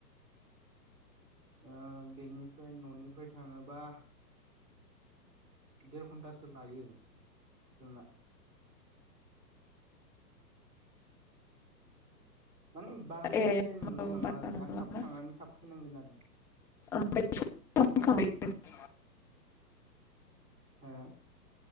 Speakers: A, on the right; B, in the centre.
A: ओ बेनिफ्राय न'निफ्राय थाङोबा देर घन्टासो लायो जोंना। माने बांद्राय
B: ए
A: बेरायनो
B: माबा
A: मोननाय नङा आरोना
B: नङाना
A: थाब थांनानै थाब फैनांगोन आरो।
B: <unintelligible>
A: हो